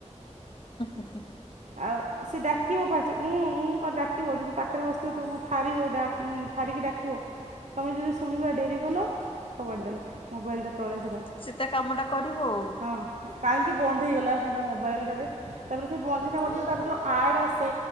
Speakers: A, on the left; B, on the right.
A: ହ ହ
B: ଆଉ ସେ ଡାକିବ ଫାଷ୍ଟ ଉଁଁ ଉଁ କରି ଡାକିବ ଯଦି ପାଖରେ ବସିଥିବ ତମକୁ ଠାରିବ ଠାରି ଠାରିକି ଡାକିବ। ତମେ ଯଦି ଶୁଣିବା ଡେରି କଲ ଫିପାଡ଼ି ଦେଲା ମୋବାଇଲଟା। ତଳେ ସିଧା
A: ସେତା କାମ ଟା କରିବ ଆଉ।
B: ହଁ କାହିଁକି ବନ୍ଦ ହେଇଗଲା ସେଟା ମୋବାଇଲଟା ରେ ତାପରେ ସେ ମ ଯେ ମଝିରେ ମଝିରେ ତାର ଯୋଉ ଆଡ଼ ଆସେ